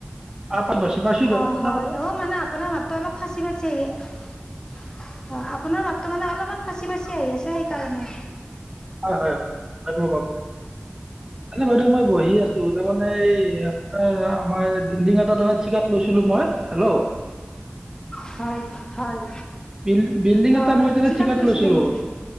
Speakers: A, on the right (about 15°); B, on the left (about 20°).
A: অলপমান পাইছো। পাইছো দিয়ক
B: অ
A: আপোনাৰ
B: হয় ঔ মানে আপোনাৰ মাততো অলপ ফাঁচি ফাঁচি আহি অ আপ, আপোনাৰ মাতটো মানে অলপমান ফাঁচি ফাঁচি আহি আছে সেইকাৰণে।
A: হয় হয় হয় মই গম পাইছো। মানে বাইদেউ মই বহি আছো তাৰমানে এই আপোনাৰ আমাৰ বিল্ডিং এটাত তাৰ মানে ঠিকা, ত লৈছিলো মই হেল্ল'
B: হয় হয়।
A: বিল বিল্ডিং এটা
B: অঁ
A: মই ঠিকাত
B: লৈছিলে
A: লৈছিলো।
B: নেকি